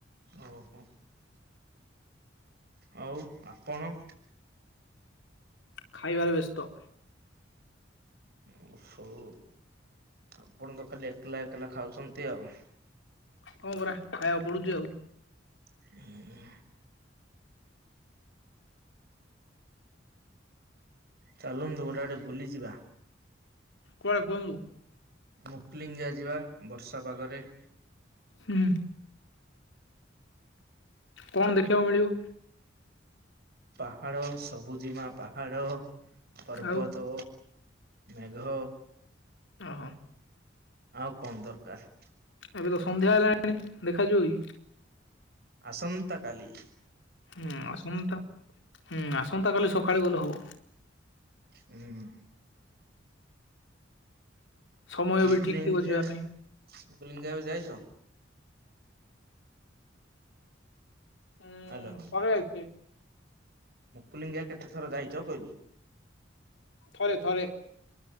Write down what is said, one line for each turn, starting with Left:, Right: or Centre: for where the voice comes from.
Right: ଓହୋ! ଆଉ ଆପଣ?
Left: ଖାଇବାରେ ବ୍ୟସ୍ତ।
Right: ଓହୋ! ଆପଣ ତ ଖାଲି ଏକଲା ଏକଲା ଖାଉଛନ୍ତି ଆଉ।
Left: ହଁ ପରା ଖାଇବାକୁ ପଡୁଛି ଆଉ।
Right: <inaudible> ଚାଲନ୍ତୁ ଗୋଟେ ଆଡେ ବୁଲିଯିବା।
Left: କୁଆଡେ କୁହନ୍ତୁ?
Right: ମୁକ୍ଲିଙ୍ଗିଆ ଯିବା ବର୍ଷା ପାଗରେ।
Left: ହୁଁ କଣ ଦେଖିବାକୁ ମିଳିବ?
Right: ପାହାଡ ସବୁଜିମା ପାହାଡ। ପର୍ବତ,
Left: ଆଉ
Right: ମେଘ
Left: ଅହ!
Right: ଆଉ କଣ ଦରକାର?
Left: ଏବେ ତ ସନ୍ଧ୍ୟା ହେଲାଣି ଦେଖାଯିବ କି?
Right: ଆସନ୍ତାକାଲି।
Left: ହୁଁ ଆସନ୍ତା ହୁଁ ଆସନ୍ତାକାଲି ସକାଳେ ଗଲେ ହବ
Right: ହୁଁ।
Left: ସମୟ
Right: ମୁକୁଲିଙ୍ଗଯିଆ,
Left: ବି ଠିକ ଥିବ ଯିବା ପାଇଁ।
Right: ମୁକୁଲିଙ୍ଗା କେବେ ଯାଇଛ?
Left: ଉଁ
Right: ହ୍ୟାଲୋ
Left: ଥରେ ଯାଇଥିଲି
Right: ମୁକୁଲିଙ୍ଗିଆ କେତେ ଥର ଯାଇଛ କହିଲି?
Left: ଥରେ ଥରେ